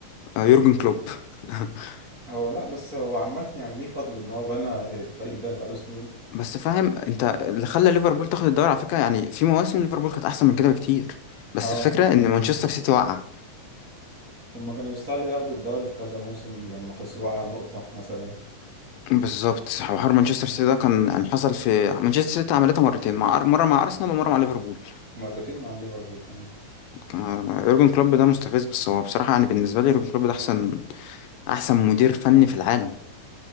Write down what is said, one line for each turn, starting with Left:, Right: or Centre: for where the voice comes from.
Left: آه، يورجن كلوب <laughs>
Right: هو لا بس هو عامة يعني ليه فضل ان هو بنى الفريق ده بقاله سنين
Left: بس فاهم أنت اللي خلى ليفربول تاخد الدوري على فكرة يعني في مواسم ليفربول كانت أحسن من كده بكتير بس
Right: اه
Left: الفكرة إن مانشستر سيتي وقع
Right: هما كانوا يستاهلوا ياخدوا الدوري في كذا موسم لما خسروه على نقطة مثلا
Left: بالظبط حوار مانشستر سيتي ده كان يعني حصل في مانشستر سيتي عملتها مرتين مع أر- مرة مع أرسنال ومرة مع ليفربول
Right: مرتين مع ليفربول كمان
Left: آه، يورجن كلوب ده مستفز بس هو بصراحة يعني بالنسبة لي يورجن كلوب ده أحسن أحسن مدير فني في العالم